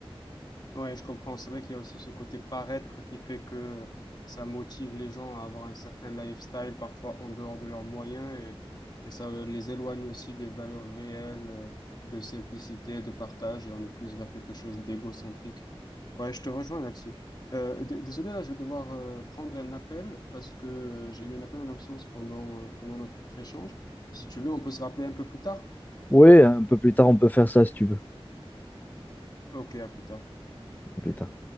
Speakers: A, on the left; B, on the left.
A: Ouais, je comprends. C'est vrai qu'il y a aussi ce côté paraître qui fait que ça motive les gens à avoir un certain lifestyle, parfois en dehors de leurs moyens, et, et ça euh, les éloigne aussi des valeurs réelles, euh, de simplicité, de partage, et on est plus vers quelque chose d'égocentrique. Ouais, je te rejoins là-dessus. Euh, d- désolé, là, je vais devoir euh, prendre un appel parce que euh, j'ai eu un appel en absence pendant, euh, pendant notre échange. Si tu veux, on peut se rappeler un peu plus tard.
B: Oui, un peu plus tard, on peut faire ça si tu veux. Un
A: Ok, à plus tard.
B: peu plus tard.